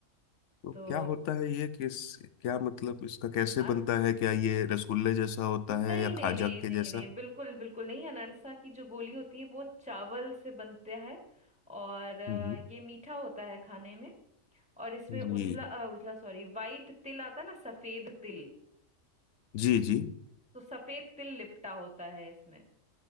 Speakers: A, on the left; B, in the centre.
A: तो
B: तो
A: क्या होता है ये किस क्या मतलब इसका कैसे
B: आ,
A: बनता है क्या ये रसगुल्ले जैसा होता
B: नहीं
A: है या
B: नहीं
A: खाजा
B: नहीं
A: के
B: नहीं
A: जैसा
B: नहीं बिल्कुल बिल्कुल नहीं अनरसा की जो गोली होती है वो चावल से बनता है और अ,
A: हम्म
B: ये मीठा होता है खाने में और इसमें
A: जी
B: उजला अ, उजला सॉरी वाइट तिल आता है ना सफेद तिल
A: जी जी
B: तो सफेद तिल लिपटा होता है इसमें